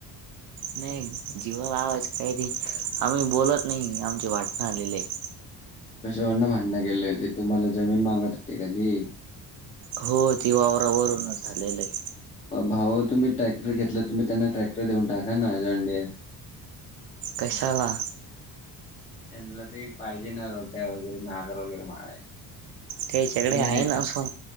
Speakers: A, on the right (about 70°); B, on the left (about 15°).
A: नाही जीवा लावायचं काही नाही आम्ही बोलत नाही आमचे वाटण आलेले ए
B: कशावरन भांडण गेले होते तुम्हाला जमीन मागत होते का ते
A: हो ती वावरावरूनच झालेलं ए
B: भाऊ तुम्ही ट्रॅक्टर घेतलं तुम्ही त्यांना ट्रॅक्टर देऊन टाका ना जंडे
A: कशाला
B: त्यांना ते पाहिजे ना रोट्या वगैरे नागर वगैरे मारायला
A: त्याच्याकडे
B: तुम्ही
A: आहे
B: देत
A: ना
B: नाही.
A: सो